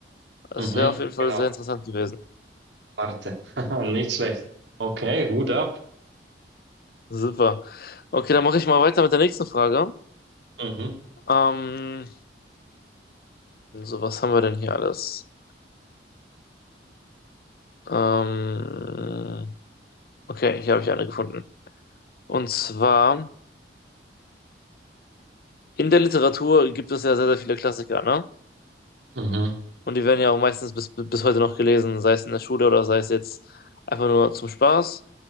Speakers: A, on the left (about 55°); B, on the right (about 80°).
A: Das
B: mhm,
A: wäre auf jeden Fall
B: genau,
A: sehr interessant gewesen.
B: Marte. <laughs> Nicht schlecht. Okay, Hut ab.
A: Super. Okay, dann mache ich mal weiter mit der nächsten Frage.
B: Mhm,
A: Ähm, so, was haben wir denn hier alles? Ähm, okay, hier habe ich eine gefunden. Und zwar, in der Literatur gibt es ja sehr, sehr viele Klassiker, ne?
B: mhm,
A: Und die werden ja auch meistens bis, bis heute noch gelesen, sei es in der Schule oder sei es jetzt einfach nur zum Spaß.